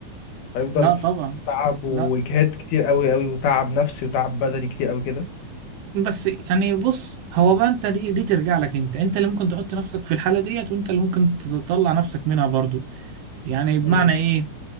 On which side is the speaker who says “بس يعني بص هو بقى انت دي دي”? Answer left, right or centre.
Right